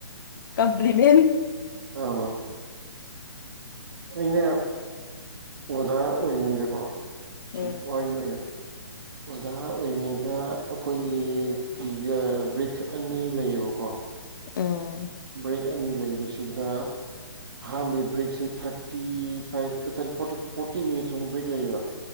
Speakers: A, on the left; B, on the right.
A: ꯀꯝꯄꯤꯂꯤꯃꯦꯟ
B: ꯑꯥ ꯑꯩꯅ ꯑꯣꯖꯥ ꯑꯣꯏꯔꯤꯉꯩꯗꯀꯣ ꯁꯨꯝ
A: ꯎꯝ
B: ꯋꯥꯔꯤ ꯑꯣꯏꯅ <inaudible> ꯑꯣꯖꯥ ꯑꯣꯏꯔꯤꯉꯩꯗ ꯑꯈꯣꯏꯒꯤ ꯇꯤꯖꯥ ꯕ꯭ꯔꯤꯛꯁ ꯑꯅꯤ ꯂꯩꯌꯦꯕꯀꯣ
A: ꯑ
B: ꯕ꯭ꯔꯦꯛ ꯑꯅꯤ ꯂꯩꯕꯁꯤꯗ ꯑꯍꯥꯟꯕꯒꯤ ꯕ꯭ꯔꯦꯛꯁꯦ ꯊꯥꯔꯇꯤ ꯐꯥꯏꯚ ꯊꯔ ꯐꯣꯔꯇꯤ ꯐꯣꯔꯇꯤ ꯃꯤꯅꯠꯁꯃꯨꯛ ꯕ꯭ꯔꯦꯛ ꯂꯩꯌꯦꯕ